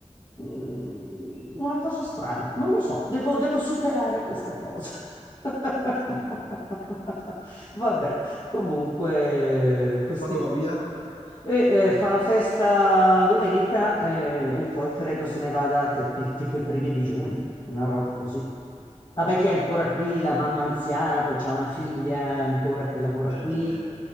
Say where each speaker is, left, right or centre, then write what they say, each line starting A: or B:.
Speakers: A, on the left (about 40°); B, on the left (about 60°).
A: mm, una cosa strana, non lo so, devo, devo superare questa cosa. <laughs>
B: Mm.
A: Vabbè, comunque, questi,
B: E quando va via?
A: e, eh, fa la festa domenica eh, e poi credo se ne vada te- tipo i primi di giugno, una roba così. Vabbè che è ancora
B: Ah,
A: qui, la mamma anziana, poi c'ha una figlia ancora che lavora
B: beh,
A: qui,
B: vabbè.